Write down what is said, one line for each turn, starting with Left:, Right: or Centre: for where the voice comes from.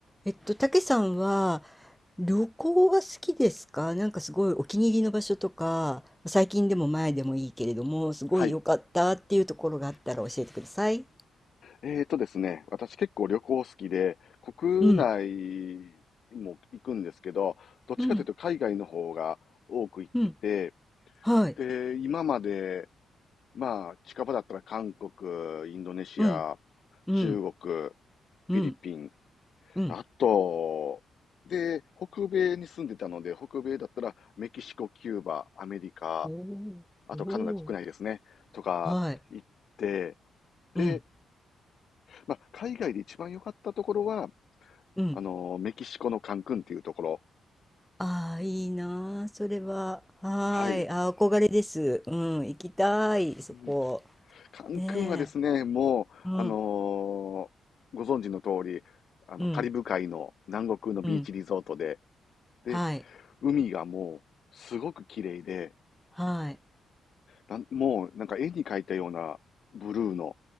Centre: えっと、たけさんは旅行は好きですかなんかすごいお気に入りの場所とか、最近でも前でもいいけれども、すごい良かったっていうところがあったら教えてください。
Left: はい。えーとですね、私結構旅行好きで、国内も行くんですけど、
Centre: うん、
Left: どっちかというと海外の方が多く行ってて、
Centre: うん、うん、はい、
Left: で、今まで、まあ、近場だったら韓国、インドネシア、
Centre: うん、うん、
Left: 中国、フ
Centre: うん、
Left: ィリピン、
Centre: うん。
Left: あと、で、北米に住んでたので、北米だったらメキシコ、キューバ、アメリカ、
Centre: おーおー、
Left: あとカナダ国内ですね、とか行って、
Centre: はい、
Left: で、
Centre: うん、
Left: まあ、海外で一番良かったところは、
Centre: うん。
Left: あの、メキシコのカンクンっていうところ。
Centre: ああ、いいなあ、それは。はーい、
Left: はい。
Centre: あー、憧れです。うん、行きたい、そこ。
Left: うん、カンクンはですね、
Centre: ね
Left: もう、
Centre: え、うん、
Left: あのーご存知の通り、あの、
Centre: うん、
Left: カリブ海の南国のビーチリゾートで、
Centre: うん、
Left: で、
Centre: はい、
Left: 海がもう、すごく綺麗で、
Centre: はい。
Left: なんもう、なんか絵に描いたようなブルーの